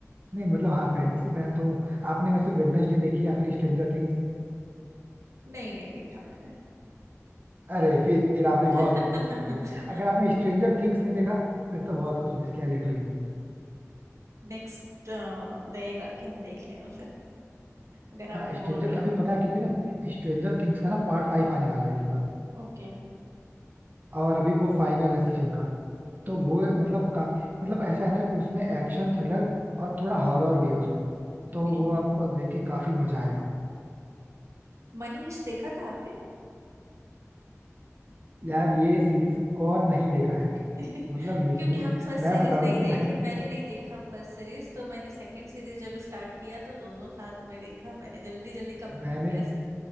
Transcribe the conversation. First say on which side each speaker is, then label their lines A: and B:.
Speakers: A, on the right (about 35°); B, on the right (about 65°).
A: नहीं मतलब हाँ फैंटेसी फैन तो हूँ। आपने वैसे वेडनेसडे देखी या फिर स्ट्रेंजर थिंग्स
B: नहीं नहीं देखा मैंने
A: अरे फिर आपने
B: <laughs>
A: बहुत कुछ मिस कर दिया अगर आपने स्ट्रेंजर थिंग्स नहीं देखा फिर तो बहुत कुछ मिस किया लिटरली
B: नेक्स्ट रहेगा कि हम देख लें उसे अगर आप
A: हाँ
B: बोल
A: स्ट्रेंजर
B: रहे हो
A: अभी
B: तो
A: पता है क्योंकि ना स्ट्रेंजर थिंग्स का ना पार्ट फाइव आने वाला है इस बार
B: ओके
A: और अभी वो फाइनल है सीजन का तो वो मतलब काफी मतलब ऐसा है ना कि उसमें एक्शन थ्रिलर और थोड़ा हॉरर भी है उसमें
B: ओके
A: तो वो आपको देख के काफी मजा आएगा
B: मनीष देखा था आपने
A: यार ये सीरीज कौन नहीं देखा है
B: <laughs>
A: मतलब लिटरली
B: क्योंकि हम फर्स्ट
A: मैं
B: सीरीज
A: बताऊं
B: नहीं
A: ना
B: देखे
A: तो मैंने
B: मैंने नहीं देखा फर्स्ट सीरीज तो मैंने सेकंड सीरीज जब स्टार्ट किया तो दोनों साथ में देखा मैंने जल्दी जल्दी कंप्लीट
A: मैंने
B: किया